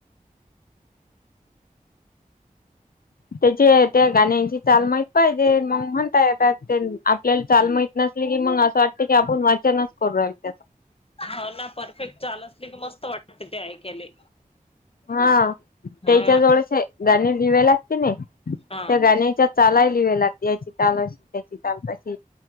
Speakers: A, on the left (about 85°); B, on the left (about 40°).
A: त्याची त्या गाण्याची चाल माहित पाहिजे मग म्हणताय येतात त्यानं आपल्याला चाल माहित नसले की मग असं वाटत की आपण वाचनच करू राहिलो त्यात.
B: हाव ना परफेक्ट चाल असली की मस्त वाटते ते ऐकायले.
A: हा त्याच्या
B: हा
A: जवळचे गाणी <unintelligible> लागते क नाही? त्या
B: हा
A: गाण्याच्या चालाय <unintelligible> लागते याची चाल अशी त्याची चाल तशी.